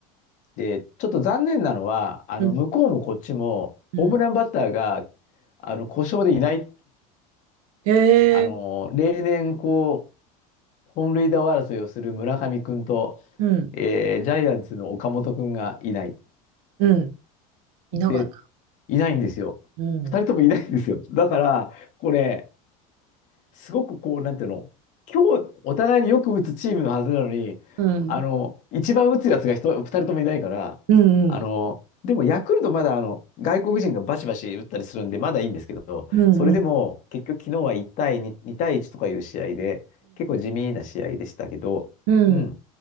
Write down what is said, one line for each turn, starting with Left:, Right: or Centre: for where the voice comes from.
Left: で、ちょっと残念なのは、あの、
Right: うん
Left: 向こうもこっちも、
Right: うん。
Left: ホームランバッターが、あの、故障でいない、
Right: へ
Left: あの、
Right: え。
Left: 例年、こう、本塁打王争いをする村上君と、
Right: うん。
Left: えージャイアンツの岡本君がいない。
Right: うん。いながら。
Left: で、いないんですよ。
Right: うん。
Left: 二人ともいないんですよ。だから、これ、すごくこう、なんていうの、今日お互いによく打つチームのはずなのに、
Right: うん。
Left: あの、一番打つやつが一人、二人ともいないから、
Right: うんうん。
Left: あの、でもヤクルトまだあの、外国人がバシバシ打ったりするんで、まだいいんですけど、
Right: うんうん。
Left: それでも結局昨日は1対2、2対1とかいう試合で、結構地味な試合でしたけど、
Right: うん。
Left: うん。